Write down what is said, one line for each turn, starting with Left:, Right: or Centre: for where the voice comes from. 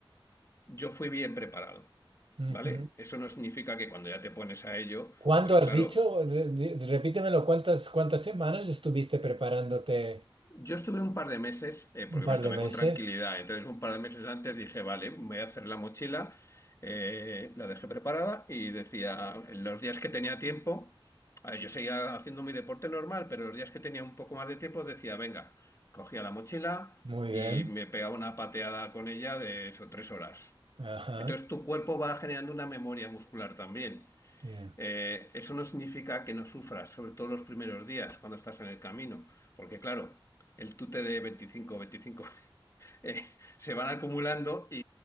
Left: yo fui bien preparado,
Right: Ujú.
Left: ¿vale? Eso no significa que cuando ya te pones a ello,
Right: ¿Cuándo
Left: pues
Right: has
Left: claro.
Right: dicho? Re- di- Repítemelo, ¿cuántas, cuántas semanas estuviste preparándote?
Left: Yo estuve un par de meses, eh, porque
Right: ¿Un par
Left: me lo tomé
Right: de meses?
Left: con tranquilidad, entonces un par de meses antes dije, vale, me voy a hacer la mochila, eh, la dejé preparada y decía, en los días que tenía tiempo, a ver, yo seguía haciendo mi deporte normal, pero los días que tenía un poco más de tiempo decía, venga, cogía la mochila
Right: Muy
Left: y
Right: bien.
Left: me pegaba una pateada con ella de eso, tres horas.
Right: Ajá.
Left: Entonces tu cuerpo va generando una memoria muscular también.
Right: Ya,
Left: Eh, eso no significa que no sufras, sobre todo los primeros días cuando estás en el camino, porque claro, el tute de 25, 25 <laughs> eh, se van acumulando y,